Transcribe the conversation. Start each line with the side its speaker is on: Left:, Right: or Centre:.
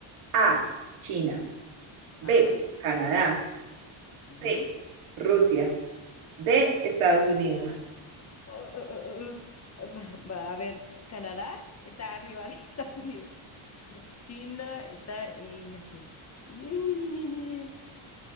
Right: A, China.
Left: Ajá.
Right: B, Canadá. C,
Left: ujú.
Right: Rusia. D, Estados Unidos.
Left: Uh, uh, uh, uh, um, <laughs> A ver, Canadá está arriba de <laughs> Estados Unidos. China está en Asia. Ñu, Ñu, Ñu, Ñu, Ñu.